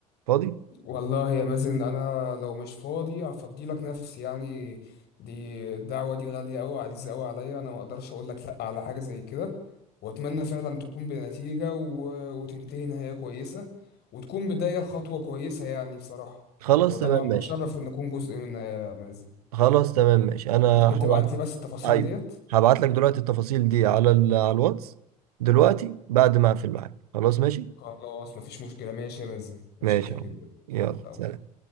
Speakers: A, on the right; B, on the left.
A: فاضي؟
B: والله يا مازن انا لو مش فاضي هفضي لك نفسي يعني دي الدعوه دي غاليه قوي عزيزه قوي عليا انا ما اقدرش اقول لك لا على حاجه زي كده واتمنى فعلا تكون بنتيجه و... وتنتهي نهايه كويسه وتكون بدايه لخطوه كويسه يعني بصراحه
A: خلاص
B: وطبعا
A: تمام ماشي
B: اتشرف ان اكون جزء منها يا مازن
A: خلاص تمام ماشي أنا
B: ممكن
A: هبعت
B: تبعت لي بس التفاصيل
A: أيوه
B: ديت
A: هبعت لك دلوقتي التفاصيل دي على ال... على الواتس دلوقتي بعد ما أقفل معاك خلاص ماشي؟
B: خلاص مفيش مشكله ماشي يا مازن متشكر
A: ماشي أهو
B: جدا
A: يلا
B: على
A: سلام
B: أمرك.